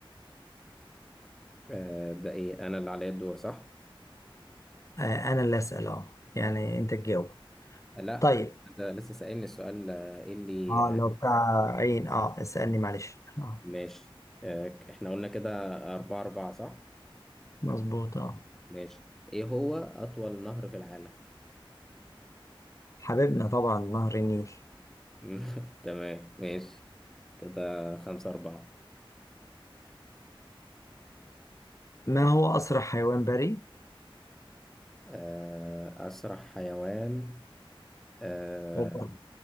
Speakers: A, in the centre; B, on the left.
A: آه... ده إيه أنا اللي عليا الدور صح؟
B: آه، أنا اللي أسأل أه يعني أنت تجاوب
A: لا
B: طيب
A: ده لسه سألني السؤال آه، ايه اللي
B: اه لو بتاع عين اه اسألني معلش اه
A: ماشي آه، احنا قلنا كده أربعة أربعة صح؟
B: مظبوط اه
A: ماشي ايه هو أطول نهر في العالم؟
B: حبيبنا طبعا نهر النيل
A: <laughs> تمام ماشي كده خمسة أربعة
B: ما هو أسرع حيوان بري؟
A: آه، أسرع حيوان آه،
B: أوبا.